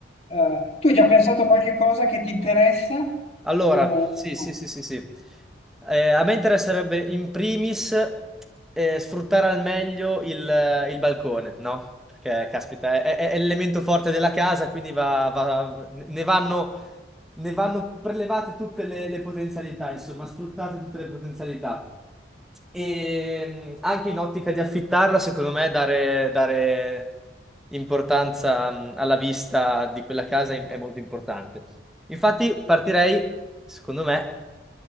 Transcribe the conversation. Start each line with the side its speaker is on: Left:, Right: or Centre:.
Left: Eh, tu hai già pensato a qualche cosa che ti interessa
Centre: Allora,
Left: o
Centre: sì,
Left: no?
Centre: sì, sì, sì, sì. Eh, a me interesserebbe in primis eh, sfruttare al meglio il, il balcone, no? Perché, caspita, è, è- è l'elemento forte della casa, quindi va- va- ne vanno, ne vanno prelevate tutte le, le potenzialità, insomma, sfruttate tutte le potenzialità. E mh, anche in ottica di affittarla, secondo me, dare, dare importanza mh, alla vista di quella casa è, è molto importante. Infatti, partirei, secondo me,